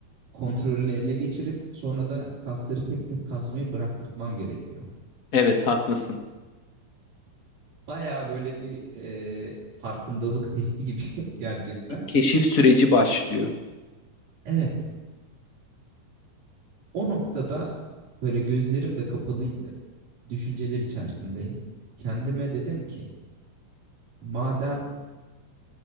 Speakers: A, on the right (about 85°); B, on the left (about 60°).
A: kontrolünü ele geçirip sonra da kasları tek tek kasmayı bıraktırtmam gerekiyor.
B: Evet, haklısın.
A: Baya böyle bir e, farkındalık testi gibi <laughs> gerçekten.
B: Bir keşif süreci başlıyor.
A: Evet. O noktada böyle gözlerim de kapalıydı. Düşünceler içerisindeyim. Kendime dedim ki madem